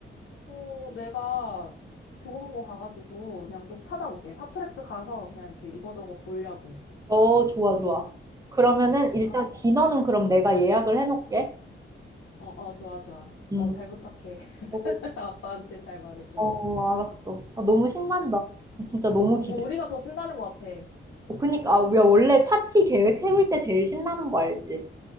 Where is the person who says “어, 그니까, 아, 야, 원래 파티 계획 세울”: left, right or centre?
Right